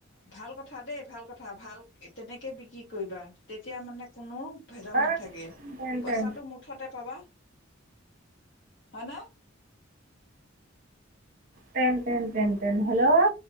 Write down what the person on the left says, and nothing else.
ভাল কথা দেই ভাল কথা ভাল, তেনেকে বিক্ৰী কৰিবা তেতিয়া মানে কোনো ভেজাল
নাথাকে,
পইচাটো
মুঠতে পাবা। হয় ন?